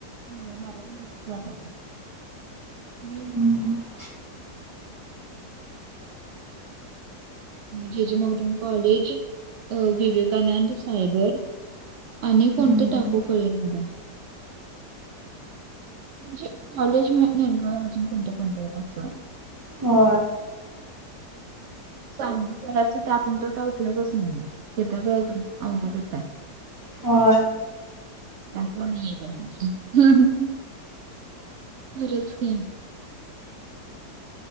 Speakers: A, on the right; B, on the right.
A: मुळे मला पण त्यास मी
B: हम्म
A: <inaudible> जेचेे मगडन कॉलेज अ विवेकानंद सायबर आणि
B: हम्म
A: कोणतं टाकू पळेल मला म्हणजे कॉलेज म्हल ग अजून कोणत्या कोणतत असं
B: हो
A: साम्य कराच टाकून तर का उठलगच नाही हे तर अवगतच आहे
B: हो
A: अ नाही आहेे पण गरच घेम